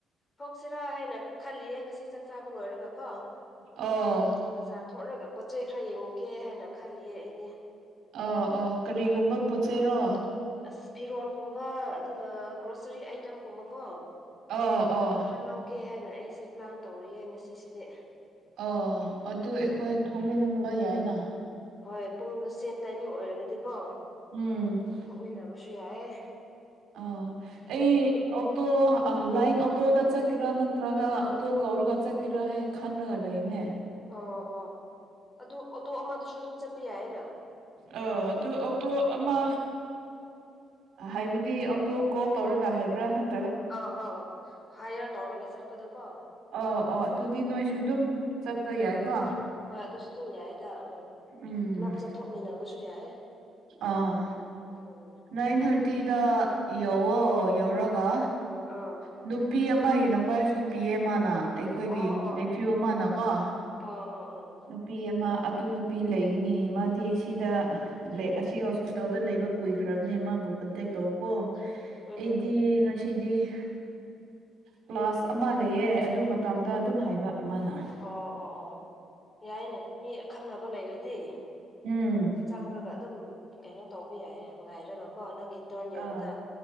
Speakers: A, on the left; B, on the right.
A: ꯊꯣꯛꯁꯤꯔꯥ ꯍꯥꯏꯅ ꯈꯜꯂꯤꯌꯦ ꯉꯁꯤ ꯆꯥꯛ ꯆꯥꯕ ꯂꯣꯏꯔꯒ ꯀꯣ
B: ꯑꯣ
A: ꯕꯖꯥꯔ ꯊꯣꯛꯂꯒ ꯄꯣꯠꯆꯩ ꯈꯔꯥ ꯌꯦꯡꯉꯨꯒꯦ ꯍꯥꯏꯅ ꯈꯜꯂꯤꯌꯦ ꯑꯩꯗꯤ
B: ꯑ ꯑꯣ ꯀꯔꯤꯒꯨꯝꯕ ꯄꯣꯠ ꯆꯩꯔꯣ
A: ꯑꯁ ꯐꯤꯔꯣꯜꯒꯨꯝꯕ ꯑꯗꯨꯒ ꯒ꯭ꯔꯣꯁꯔꯤ ꯑꯥꯏꯇꯦꯝꯒꯨꯝꯕꯀꯣ
B: ꯑꯣ ꯑꯣ
A: ꯈꯔꯥ ꯂꯧꯒꯦ ꯍꯥꯏꯅ ꯑꯩꯁꯦ ꯄ꯭ꯂꯥꯟ ꯇꯧꯔꯤꯌꯦ ꯉꯁꯤꯁꯤꯗꯤ
B: ꯑꯣ ꯑꯗꯨ
A: ꯎꯝ
B: ꯑꯩꯈꯣꯏ ꯊꯧꯃꯤꯟꯕ ꯌꯥꯏꯅ
A: ꯍꯣꯏ ꯄꯨꯡꯗ ꯁꯦꯝ ꯇꯥꯏꯃꯤꯡ ꯑꯣꯏꯔꯒꯗꯤꯀꯣ
B: ꯎꯝ
A: ꯊꯣꯛꯃꯤꯟꯅꯕꯁꯨ ꯌꯥꯏꯌꯦ
B: ꯑꯥ ꯑꯩ ꯑꯣꯇꯣ ꯑꯥ ꯂꯥꯏꯟ ꯑꯣꯇꯣꯗ ꯆꯠꯀꯦꯔꯥ ꯅꯥꯠꯇꯔꯒꯥ ꯑꯣꯇꯣ ꯀꯧꯔꯒꯥ ꯆꯥꯠꯀꯤꯔꯥ ꯍꯩ ꯈꯟꯅꯒ ꯂꯩꯅꯦ
A: ꯑꯣ ꯑꯣ ꯑꯗꯨ ꯑꯣꯇꯣ ꯑꯃꯗꯨꯁꯨ ꯑꯗꯨꯝ ꯆꯠꯄ ꯌꯥꯏꯅ
B: ꯑ ꯑꯗꯨ ꯑꯣꯇꯣ ꯑꯃ ꯍꯥꯏꯕꯗꯤ ꯑꯇꯣ ꯀꯣꯜ ꯇꯧꯔꯒ ꯍꯥꯏꯕ꯭ꯔꯥ ꯅꯠ
A: ꯑ ꯑꯧ ꯍꯥꯏꯌꯔ ꯇꯧꯔꯒ ꯆꯠꯄꯗꫭ ꯀꯣ
B: ꯑꯣ ꯑꯣ ꯑꯗꯨꯗꯤ ꯅꯣꯏꯁꯨ ꯑꯗꯨꯝ ꯆꯠꯄ ꯌꯥꯏꯀꯣ
A: ꯎꯝ ꯍꯣꯏ ꯑꯗꯨꯁꯨ ꯑꯗꯨꯝ ꯌꯥꯏꯗ ꯎꯝ
B: ꯎꯝ
A: ꯄꯨꯂꯞ ꯆꯠꯊꯣꯛꯃꯤꯟꯅꯕꯁꯨ ꯌꯥꯏ
B: ꯑꯥ
A: ꯎꯝ
B: ꯅꯥꯏꯟ ꯊꯥꯔꯇꯤꯗ ꯌꯧꯋꯣ ꯌꯧꯔꯒ
A: ꯑꯥ
B: ꯅꯨꯄꯤ ꯑꯃꯒꯤ ꯅꯝꯕꯔꯁꯨ ꯄꯤꯌꯦ ꯃꯥꯅ ꯑꯩꯈꯣꯏꯒꯤ
A: ꯑꯣ ꯑꯣ
B: ꯅꯦꯐꯌꯨ ꯑꯃꯅꯀꯣ
A: ꯑꯣ ꯑꯣ ꯑꯣ
B: ꯅꯨꯄꯤ ꯑꯃ ꯑꯗꯨ ꯅꯨꯄꯤ ꯂꯩꯒꯅꯤ ꯃꯥꯗꯤ ꯑꯁꯤꯗ ꯑꯁꯤ ꯍꯣꯁꯄꯤꯇꯥꯜꯗ ꯂꯩꯕ ꯀꯨꯏꯈ꯭ꯔꯕꯅꯦ ꯃꯥꯕꯨ ꯀꯟꯇꯦꯛ ꯇꯧ ꯀꯣ
A: ꯎꯝ
B: ꯑꯩꯗꯤ
A: ꯍꯝ ꯍꯝ
B: ꯁꯤꯗꯤ ꯀ꯭ꯂꯥꯁ ꯑꯃ ꯂꯩꯌꯦ ꯑꯗꯨ ꯃꯇꯝꯗ
A: ꯎꯝ
B: ꯑꯗꯨꯝ ꯍꯥꯏꯕ ꯑꯃꯅ
A: ꯑꯣ ꯑꯣ ꯑꯣ ꯑꯣ ꯌꯥꯏꯅꯦ ꯃꯤ ꯑꯈꯪꯅꯕ ꯂꯩꯔꯗꯤ
B: ꯎꯝ
A: ꯆꯪꯔꯒ ꯑꯗꯨꯝ ꯀꯩꯅꯣ ꯇꯧꯕ ꯌꯥꯏ ꯉꯥꯏꯔꯒꯀꯣ ꯅꯪꯒꯤ ꯇꯔꯟ ꯌꯧꯕꯗ
B: ꯑꯥ